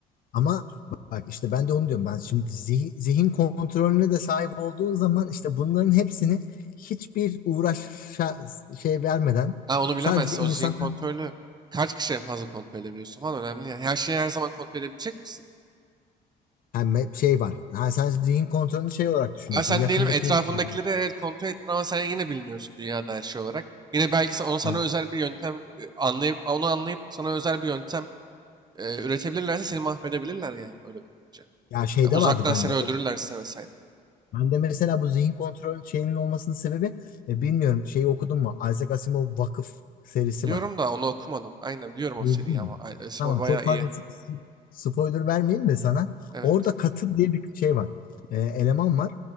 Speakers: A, on the left; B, on the right.
A: Ama bak işte ben de onu diyorum. Ben şimdi zihin, zihin kontrolüne de sahip olduğun zaman işte bunların hepsini hiçbir uğraşa şey vermeden
B: Ha, onu bilemezsin.
A: sadece insan
B: O zihin kontrolü kaç kişi en fazla kontrol edebiliyorsun falan önemli ya. Her şeyi her zaman kontrol edebilecek misin?
A: yani şey var. Ha, sen zihin kontrolünü şey olarak düşünüyorsun.
B: Abi sen
A: Yakındaki
B: diyelim etrafındakileri
A: insan.
B: evet kontrol ettin ama sen yine biliniyorsun dünyada her şey olarak. Yine belki sen- ona sana
A: Ha,
B: özel bir yöntem e, anlayıp onu anlayıp sana özel bir yöntem e, üretebilirlerse seni mahvedebilirler yani öyle bakınca.
A: ya şeyde
B: Ya uzaktan
A: vardı bende.
B: seni öldürürlerse
A: O,
B: vesaire.
A: Ben de mesela bu zihin kontrol şeyinin olmasının sebebi e, bilmiyorum şeyi okudun mu? Isaac Asimov Vakıf serisi
B: Biliyorum
A: var.
B: da onu okumadım. Aynen biliyorum o
A: Duydun
B: seriyi ama.
A: mu?
B: Ay, Esma
A: Tamam
B: bayağı
A: çok fazla
B: iyi.
A: s- s- spoiler vermeyeyim de sana.
B: Evet.
A: Orada Katır diye bir şey var. E, eleman var.